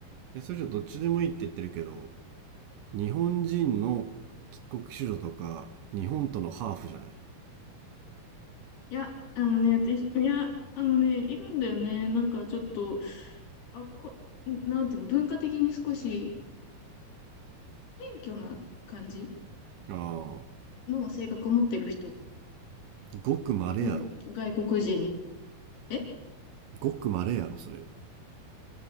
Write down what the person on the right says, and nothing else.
え、それじゃどっちでもいいって言ってるけど、日本人の帰国子女とか、日本とのハーフじゃない
ああ
ー、ごく稀やろ。
ごく稀やろ、それ。